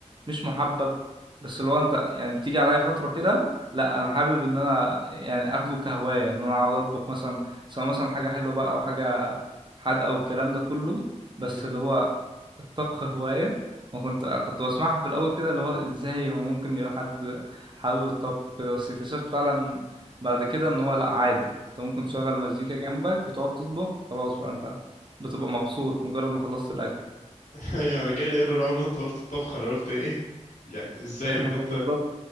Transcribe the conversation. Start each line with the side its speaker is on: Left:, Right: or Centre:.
Right: مش محبب بس اللي هو انت يعني بتيجي عليا فتره كده لا
Left: مم.
Right: انا حابب ان انا يعني اخده كهوايه ان انا عاوز اطبخ مثلا سواء مثلا حاجه حلوه بقى او حاجه حادقه والكلام ده كله بس
Left: مم.
Right: اللي هو الطبخ هواية وكنت كنت بسمعها
Left: آه.
Right: في الأول كده اللي هو إزاي هو ممكن يبقى حد حابب الطبخ كده بس اكتشفت فعلا بعد كده إن هو لأ عادي أنت ممكن
Left: <laughs>
Right: تشغل مزيكا جنبك وتقعد تطبخ خلاص بقى أنت بتبقى مبسوط مجرد ما خلصت الأكل
Left: ايوه انا جالي ايرور اول ما انت قلت الطبخه انا قلت ايه يعني ازاي
Right: إيه ما
Left: فانت
Right: هو بالظبط